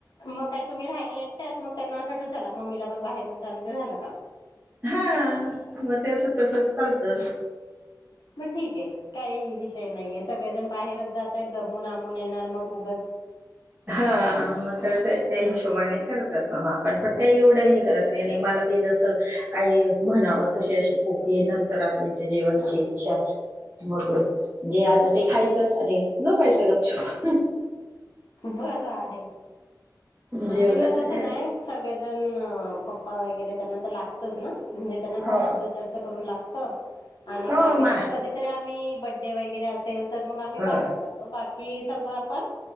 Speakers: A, on the left; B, on the right.
A: मग काय तुम्ही राहायला एकट्याच मग त्यांना अस वाटत झाला मम्मीला पण बाहेरून जा चालू ते झालं काम
B: हा मग तेवस- तेवस चालत
A: मग ठीक आहे काही विषय नाहीये सगळेजण बाहेरच जातय दधमून आमून येणार मग उगच
B: हा मत त्या हिशोबाने करतच न आपण पण काही एवढं हे करत नाही आणि मला बी जस काही म्ह तशी अशी खूप हे नसत रात्रीच्या जेवायची इच्छा मग जे आलं ते खायचं आणि झोपायचं गपचुप <inaudible>
A: बर आहे
B: जेवणाचं
A: आमच्याकडे तसं
B: काय
A: नाही सगळेजण पप्पा वगैरे त्यांना तर लागतच ना म्हणजे घरातल
B: हो,
A: जास्त करून लागत आणि
B: हो
A: बाहेर
B: मा
A: कधीतरी आम्ही बडडे वगैरे असेल तर मग आम्ही
B: हं,
A: बाहेर जातो बाकी सगळं आपण